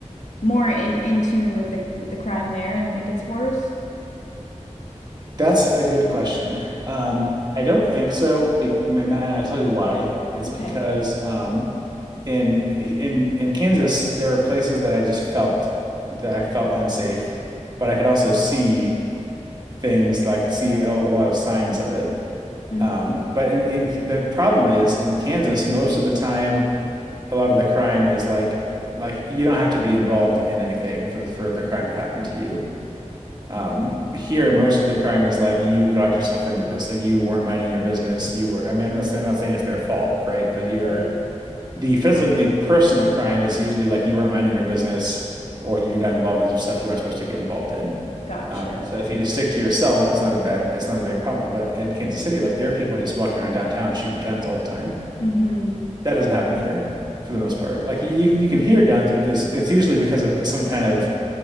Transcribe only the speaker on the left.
more in in tune with the with the crime there and think it's worse?
Okay.
Mm,
right.
Gotcha.
Mm-hmm.